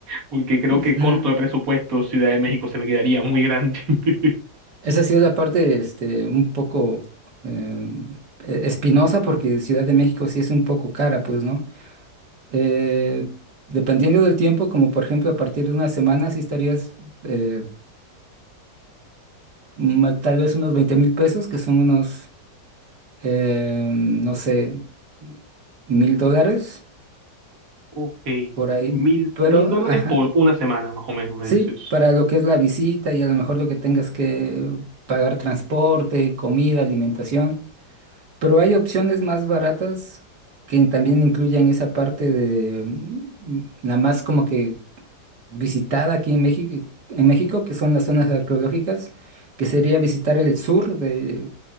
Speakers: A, on the right (about 55°); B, on the right (about 70°).
A: Porque creo
B: Ujú.
A: que corto de presupuesto, Ciudad de México se me quedaría muy grande. <laughs>
B: Esa sí es la parte, este, un poco eh, e- espinosa porque Ciudad de México sí es un poco cara, pues, ¿no? Eh, dependiendo del tiempo, como por ejemplo a partir de una semana, sí estarías eh, ma- tal vez unos veinte mil pesos, que son unos, eh, no sé, mil dólares
A: Ok,
B: por ahí.
A: mil,
B: Pero,
A: mil dólares
B: ajá,
A: por una semana, más o menos, me
B: sí,
A: dices.
B: para lo que es la visita y a lo mejor lo que tengas que pagar transporte, comida, alimentación. Pero hay opciones más baratas que también incluyen esa parte de mm, la más como que visitada aquí en México, en México, que son las zonas arqueológicas, que sería visitar el sur de-